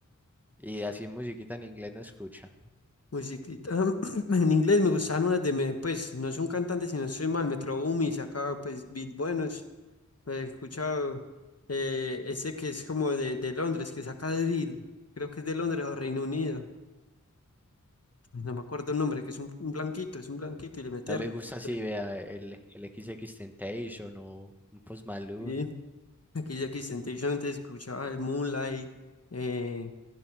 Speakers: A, in the centre; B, on the left.
A: Y así musiquita en inglés no escucha.
B: Musiclita. <clears throat> En inglés me gustaban unas de, me- pues, no son cantantes, si no soy mal, Metro Boomin sacaba, pues, beat buenos. Lo he escuchado. eh, ese que es como de, de Londres, que saca drill. Creo que es de Londres o Reino Unido. No me acuerdo el nombre, que es un, un blanquito, es un blanquito y le mete.
A: No le
B: re-
A: gusta
B: re-
A: así,
B: drill.
A: vea, el, el XXXTentacion o un Post Malone.
B: Sí. Aquí, aquí, Temptation, antes escuchaba el Moonlight. eh,